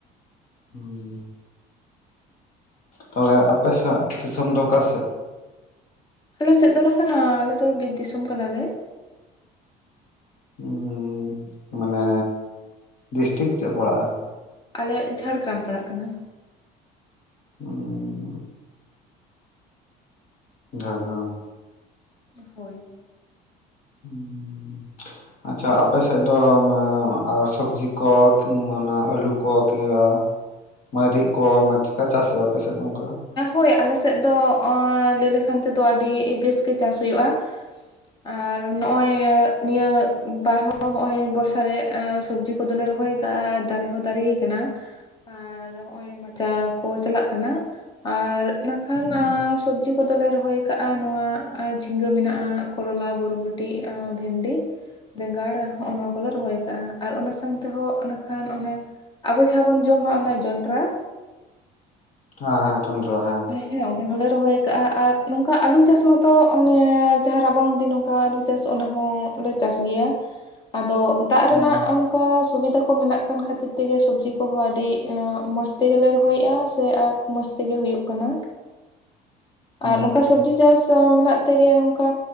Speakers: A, on the left; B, on the left.
A: <unintelligible> ᱛᱟᱞᱦᱮ ᱟᱯᱮ ᱥᱮᱫ ᱫᱤᱥᱚᱢ ᱫᱚ ᱚᱠᱟ ᱥᱮᱫ?
B: ᱟᱞᱮ ᱥᱮᱫ ᱫᱚ ᱱᱟᱠᱷᱟᱱ ᱟ ᱟᱞᱮᱫᱚ ᱵᱤᱨ ᱫᱤᱥᱚᱢ ᱠᱟᱱᱟ ᱞᱮ᱾
A: ᱦᱩᱸ ᱢᱟᱱᱮᱻ ᱰᱤᱥᱴᱤᱠ ᱪᱮᱫ ᱯᱟᱲᱟᱜᱼᱟ?
B: ᱟᱞᱮᱭᱟᱜ ᱡᱷᱟᱲᱜᱨᱟᱢ ᱯᱟᱲᱟᱜ ᱠᱟᱱᱟ᱾
A: <inaudible> ᱡᱷᱟᱲᱜᱨᱟᱢ᱾
B: ᱦᱳᱭ᱾
A: <unintelligible> ᱟᱪᱪᱷᱟ ᱟᱯᱮ ᱥᱮᱫ ᱫᱚ ᱢᱟ ᱟᱨ ᱥᱚᱵᱽᱡᱤ ᱠᱚ ᱠᱤ ᱚᱱᱟ ᱟᱹᱞᱩ ᱠᱚ ᱠᱤ ᱟ ᱢᱟᱹᱨᱤᱪ ᱠᱚ ᱢᱟ ᱪᱮᱠᱟ ᱪᱟᱥ ᱦᱳᱭᱳᱜ-ᱟ ᱟᱯᱮᱥᱮᱫ ᱫᱚ ᱚᱱᱠᱟ?
B: ᱦᱳᱭ ᱟᱞᱮ ᱥᱮᱫ ᱫᱚ ᱞᱟᱹᱭ ᱞᱮᱠᱷᱟᱱ ᱛᱮᱫᱚ ᱟᱹᱰᱤ ᱵᱮᱥ ᱜᱮ ᱪᱟᱥ ᱦᱩᱭᱩᱜᱼᱟ᱾ ᱟᱨ ᱱᱚᱜᱼᱚᱭ ᱱᱤᱭᱟᱹ ᱵᱟᱨᱦᱚᱸ ᱱᱚᱜᱼᱚᱭ ᱵᱚᱨᱥᱟ ᱨᱮ ᱥᱚᱵᱡᱤ ᱠᱚᱫᱚᱞᱮ ᱨᱚᱦᱚᱭ ᱫᱟᱨᱮ ᱦᱚᱸ ᱫᱟᱨᱮᱭ ᱠᱟᱱᱟ ᱟᱨ ᱱᱚᱜᱼᱚᱭ ᱢᱟᱪᱟ ᱠᱚ ᱪᱟᱞᱟᱜ ᱠᱟᱱᱟ, ᱟᱨ ᱱᱟᱠᱷᱟᱱ
A: ᱦᱩᱸ
B: ᱥᱚᱵ ᱡᱤ ᱠᱚᱫᱚᱞᱮ ᱨᱚᱦᱚᱭ ᱠᱟᱜᱼᱟ ᱱᱚᱣᱟ ᱡᱷᱤᱸᱜᱟᱹ ᱢᱮᱱᱟᱜᱼᱟ ᱠᱚᱨᱚᱞᱟ ᱵᱚᱨᱵᱚᱴᱤ ᱵᱷᱮᱱᱰᱤ, ᱵᱮᱸᱜᱟᱲᱟ ᱦᱚᱸᱜᱼ ᱱᱚᱣᱟ ᱠᱚᱞᱮ ᱨᱚᱦᱚᱭ ᱠᱟᱜᱼᱟ ᱟᱨ ᱚᱱᱟ ᱥᱟᱶ ᱛᱮᱦᱚᱸ ᱚᱱᱟ ᱠᱷᱟᱱ ᱚᱱᱮᱼ- ᱟᱵᱚ ᱡᱟᱦᱟᱸ ᱵᱚᱱ ᱡᱚᱢᱟ ᱚᱱᱟ ᱡᱚᱱᱰᱨᱟ,
A: ᱦᱮᱸ ᱦᱮᱸ ᱡᱚᱱᱰᱨᱟ ᱦᱮᱸ᱾
B: ᱦᱮᱸ ᱚᱰᱮ ᱦᱚᱞᱮ ᱨᱚᱦᱚᱭ ᱠᱟᱜᱼᱟ ᱟᱨ ᱱᱚᱝᱠᱟ ᱟᱞᱩ ᱪᱟᱥ ᱢᱟᱛᱚ ᱚᱱᱮ ᱡᱟᱦᱟᱸ ᱨᱟᱵᱟᱝ ᱫᱤᱱ ᱠᱟ ᱟᱹᱞᱩ ᱪᱟᱥ ᱚᱱᱟ ᱦᱚᱸ ᱞᱮ ᱪᱟᱥ ᱜᱮᱭᱟ ᱟᱫᱚ ᱫᱟᱜ
A: ᱦᱩᱸ
B: ᱨᱮᱱᱟᱜ ᱚᱱ ᱠᱟ ᱥᱩᱵᱤᱫᱷᱟ ᱠᱚ ᱢᱮᱱᱟᱜ ᱠᱷᱟᱱ ᱠᱷᱟᱹᱛᱤᱨ ᱛᱮᱜᱮ ᱥᱚᱵᱡᱤ ᱠᱚᱦᱚᱸ ᱟᱹᱰᱤ ᱢᱚᱸᱡᱽ ᱛᱮᱜᱮᱞᱮ ᱨᱚᱦᱚᱭᱮᱜᱼᱟ ᱥᱮ ᱟᱨ ᱢᱚᱡᱽ ᱛᱮᱜᱮ ᱦᱩᱭᱩᱜ ᱠᱟᱱᱟ
A: ᱦᱩᱸ
B: ᱟᱨ ᱱᱚᱝ
A: ᱦᱩᱸ
B: ᱠᱟ ᱥᱚᱵᱽᱡᱤ ᱪᱟᱥ ᱢᱮᱱᱟᱜ ᱛᱮᱜᱮ ᱱᱚᱝᱠᱟ